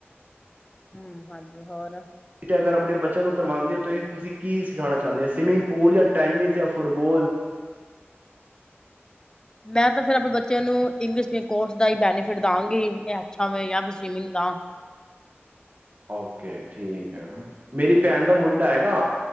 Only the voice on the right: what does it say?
ਅਗਰ ਆਪਣੇ ਬੱਚਿਆਂ ਨੂੰ ਕਰਵਾਉਂਦੇ ਹੋ ਤਾਂ ਇਹ ਤੁਸੀਂ ਕੀ ਸਿਖਾਣਾ ਚਾਹੁੰਦੇ ਆ ਸਵੀਮਿੰਗ ਪੂਲ ਜਾਂ ਟੈਨਿਸ ਜਾਂ ਫੁੱਟਬੋਲ
ਹਾਂ ਕੇ ਠੀਕ ਹੈ ਮੇਰੀ ਭੈਣ ਦਾ ਮੁੰਡਾ ਹੈਗਾ